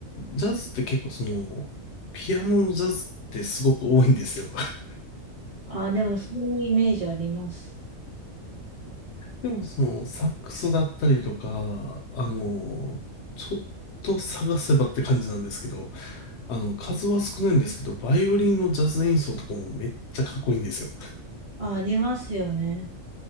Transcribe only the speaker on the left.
ジャズって結構その、ピアノのジャズってすごく多いんですよ。<laughs>
でもその、サックスだったりとか、あの、ちょっと探せばって感じなんですけど、あの、数は少ないんですけど、バイオリンのジャズ演奏とかもめっちゃかっこいいんですよ。